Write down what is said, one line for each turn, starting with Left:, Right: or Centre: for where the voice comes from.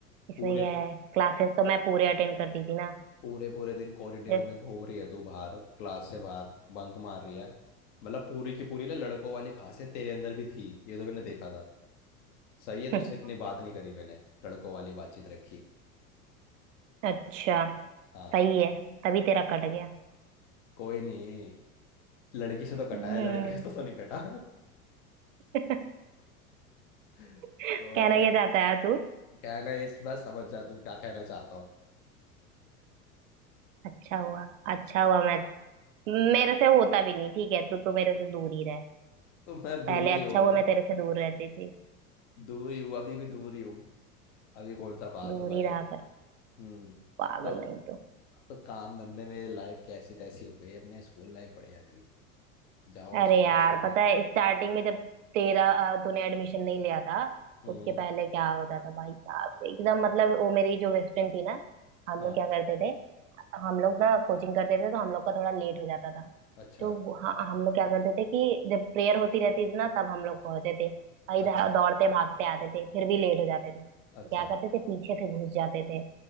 Right: इसमें
Left: पूरे
Right: क्या है क्लासेस तो मैं पूरे अटेंड करती थी ना
Left: पूरे पूरे दिन कॉरिडोर
Right: जैस-
Left: में घूम रही है तू बाहर क्लास से बाहर बंक मार रही है मतलब पूरी की पूरी ना लड़कों वाली खासियत तेरे अंदर भी थी ये तो मैंने देखा था सही है
Right: <laughs>
Left: तुझसे इतनी बात नहीं करी मैंने लड़कों वाली बातचीत रखी
Right: अच्छा
Left: हाँ
Right: सही है तभी तेरा कट गया
Left: कोई नहीं लड़की से तो कटा
Right: हम्म
Left: है लड़के से तो, तो नहीं कटा
Right: <laughs>
Left: <laughs>
Right: कहना
Left: और क्या
Right: क्या चाहता है तू
Left: कहना ये बस समझ जा तू क्या कहना चाहता हूँ
Right: अच्छा हुआ अच्छा हुआ मैं मेरे से होता भी नहीं ठीक है तू तो मेरे से दूर ही रह
Left: तो मैं दूर
Right: पहले
Left: ही
Right: अच्छा
Left: हूँ भाई
Right: हुआ मैं तेरे से दूर रहती थी
Left: दूर ही हूँ अभी भी दूर ही हूँ अभी कौन सा पास
Right: दूर
Left: हूँ भाई
Right: ही रहा कर
Left: हम्म
Right: पागल
Left: अब तो
Right: नहीं तो
Left: अब तो काम धंधे में लाइफ कैसी तैसी हो गई है, अपने स्कूल लाइफ बढ़िया थी जाओ
Right: अरे
Left: सुबह
Right: यार
Left: सुबह
Right: पता है स्टार्टिंग में जब तेरा अ, तूने एडमिशन नहीं लिया था
Left: हम्म
Right: उसके पहले क्या होता था भाई साहब एकदम मतलब वो मेरी जो बेस्ट फ्रेंड थी ना हम
Left: हाँ
Right: लोग क्या करते थे हम लोग ना कोचिंग करते थे तो हम लोग का थोड़ा लेट हो जाता था
Left: अच्छा
Right: तो वो- हाँ हम लोग क्या करते थे कि जब प्रेयर होती रहती थी ना तब हम लोग पहुंचे थे और इधर
Left: अच्छा
Right: दौड़ते भागते आते थे फिर भी
Left: अ-
Right: लेट हो जाते थे तो
Left: अच्छा
Right: क्या करते थे पीछे से घुस जाते थे